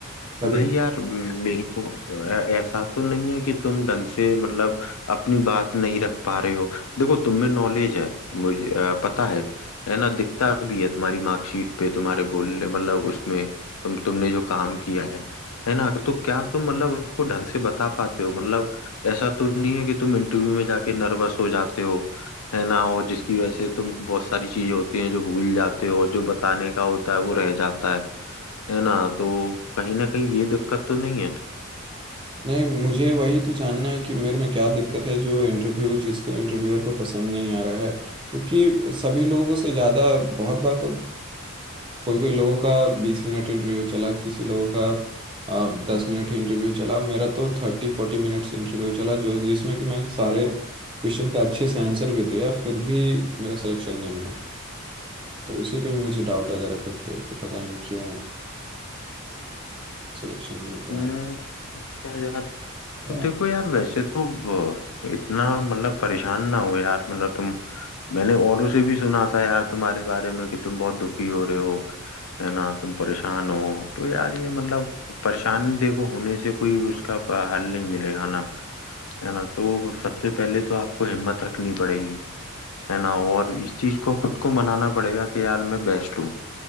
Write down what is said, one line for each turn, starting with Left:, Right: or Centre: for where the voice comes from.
Right: तभी
Left: भाई यार मेरे को ऐ- ऐसा तो नहीं है कि तुम ढंग से मतलब अपनी बात नहीं रख पा रहे हो देखो तुम में नॉलेज है मुझे अ, पता है है ना दिखता भी है तुम्हारी मार्कशीट पे तुम्हारे बोलने मतलब उसमें तुम तुमने जो काम किया है है ना तो क्या तुम मतलब उसको ढंग से बता पाते हो मतलब ऐसा तो नहीं है कि तुम इंटरव्यू में जाके नर्वस हो जाते हो है ना और जिसकी वजह से तुम बहुत सारी चीजें होती हैं जो भूल जाते हो और जो बताने का होता है वो रह जाता है है ना तो कहीं ना कहीं ये दिक्कत तो नहीं है
Right: नहीं मुझे वही तो जानना है कि मेरे में क्या दिक्कत है जो इंटरव्यू जिसको इंटरव्यूअर को पसंद नहीं आ रहा है क्योंकि सभी लोगों से ज़्यादा बहुत बार तो कोई कोई लोगों का बीस मिनट इंटरव्यू चला किसी लोगों का आ, दस मिनट ही इंटरव्यू चला मेरा तो थर्टी फोर्टी मिनट्स इंटरव्यू चला जो जिसमें कि मैं सारे क्वेश्चन का अच्छे से आंसर भी दिया फिर भी मेरा सिलेक्शन नहीं हुआ तो उसी पे मुझे डाउट आ जा रहा है खुद पे कि पता नहीं क्यों सिलेक्शन नहीं हो पा
Left: हम्म अच्छा यार
Right: रहा
Left: तो देखो यार वैसे तो ब- इतना मतलब परेशान ना हो यार मतलब तुम मैंने औरों से भी सुना था यार तुम्हारे बारे में कि तुम बहुत दुखी हो रहे हो है ना तुम परेशान हो तो यार ये मतलब परेशानी देखो होने से कोई उसका प- हल नहीं मिलेगा ना है ना तो सबसे पहले तो आपको हिम्मत रखनी पड़ेगी है ना और इस चीज को खुद को मनाना पड़ेगा कि यार मैं बेस्ट हूँ